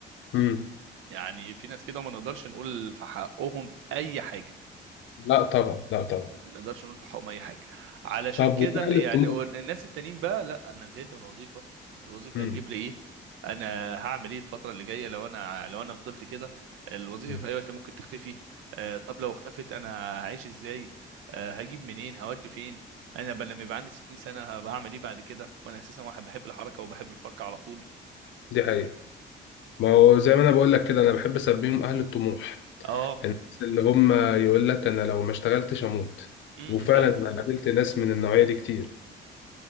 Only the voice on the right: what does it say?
يعني في ناس كده ما نقدرش نقول في حقهم اي حاجه
ما نقدرش نقول في حقهم اي حاجه علشان
كده
يعني
ون- الناس التانيين بقى لا انا زهقت من الوظيفه الوظيفه
هتجيب لي ايه انا هعمل ايه الفتره اللي جايه لو انا لو انا فضلت كده الوظيفه
في اي وقت ممكن تختفي آه طب لو اختفت انا هعيش ازاي آه هجيب منين هودي فين انا بل لما يبقى عندي 60 سنه هبقى هعمل ايه بعد كده وانا اساسا واحد بحب الحركه وبحب الفركه على طول
اه
امم
ده